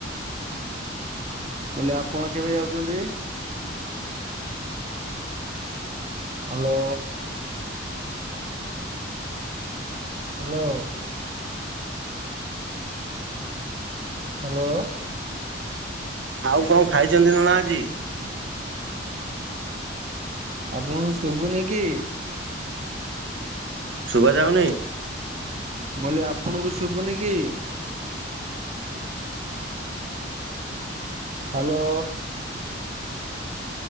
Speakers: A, on the right (about 35°); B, on the right (about 80°).
A: ମୁଁ କହିଲି ଆପଣ କେବେ ଯାଉଚନ୍ତି? ହ୍ୟାଲୋ। ହ୍ୟାଲୋ। ହ୍ୟାଲୋ।
B: ଆଉ କଣ ଖାଇଚନ୍ତି ନନା ଆଜି?
A: ଆପଣଙ୍କୁ ଶୁଭୁନି କି?
B: ଶୁଭା ଯାଉନି।
A: ମୁଁ କହିଲି ଆପଣଙ୍କୁ ଶୁଭୁନି କି? ହ୍ୟାଲୋ।